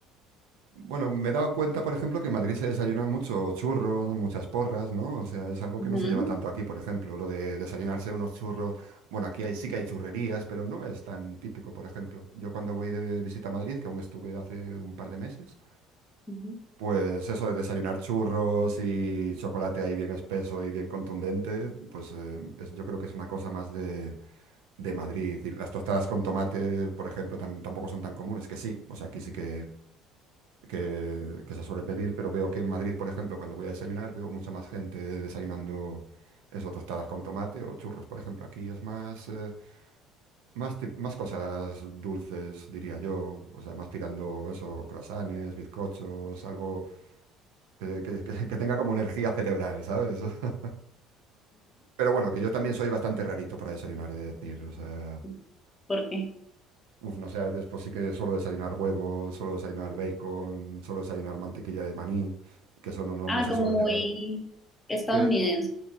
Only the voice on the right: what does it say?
Bueno, me he dado cuenta, por ejemplo, que en Madrid se desayunan mucho churros, muchas porras, ¿no? O sea, es algo
que no se lleva tanto aquí, por ejemplo, lo de desayunarse unos churros. Bueno, aquí hay, sí que hay churrerías, pero no es tan típico, por ejemplo. Yo cuando voy de visita a Madrid, que aún estuve hace un par de meses,
pues eso de desayunar churros y chocolate ahí bien espeso y bien contundente, pues eh, es- yo creo que es una cosa más de, de Madrid. Y las tostadas con tomate, por ejemplo, tam- tampoco son tan comunes, que sí, o sea, aquí sí que que, que se suele pedir, pero veo que en Madrid, por ejemplo, cuando voy a desayunar, veo mucha más gente desayunando eso, tostadas con tomate o churros, por ejemplo. Aquí es más, eh, más, tip- más cosas dulces, diría yo, o sea, más tirando eso, croissants, bizcochos, algo que, que- que- que tenga como energía cerebral, ¿sabes? <laughs> Pero bueno, que yo también soy bastante rarito para desayunar, he de decir, o sea...
Uf, no sé, a veces pues sí que suelo desayunar huevos, suelo desayunar bacon, suelo desayunar mantequilla de maní, que eso no, no
no se
suele
llevar.
Sí,